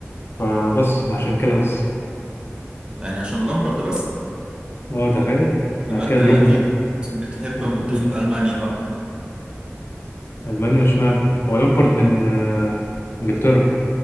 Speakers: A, on the left; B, on the right.
A: فبس عشان كده بس
B: يعني عشان لامبرد بس
A: اه تخيل
B: يبقى
A: بعد كده
B: انت
A: دروجبا
B: اكيد بتحب
A: وكل
B: منتخب المانيا بقى
A: المانيا اشمعنى هو لامبارد من آه، انجلترا